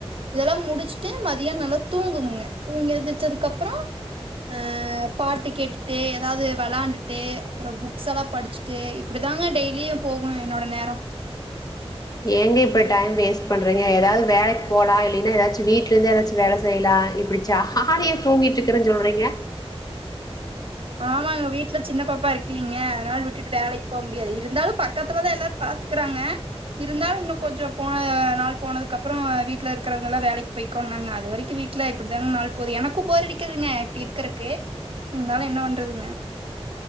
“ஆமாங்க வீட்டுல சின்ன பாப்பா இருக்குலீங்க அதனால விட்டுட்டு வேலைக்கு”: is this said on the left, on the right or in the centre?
Right